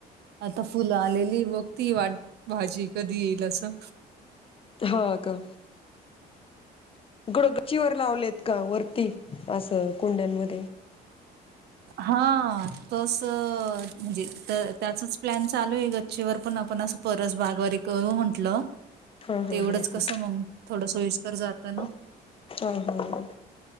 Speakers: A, on the right; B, on the left.
A: आता फुलं आलेली बघ ती वाट भाजी कधी येईल असं
B: होा का गच्चीवर
A: ह
B: लावलेत का वरती असं कुंड्यांमध्ये
A: हा, तस म्हणजे तर त्याचच प्लॅन चालू आहे. गच्चीवर पण आपण असं परस बागवारी करू म्हंटलं.
B: हा, हा,
A: तेवढंच
B: हा,
A: कसं
B: हा,
A: मग थोडं सोयीस्कर जातं ना.
B: हा, हा.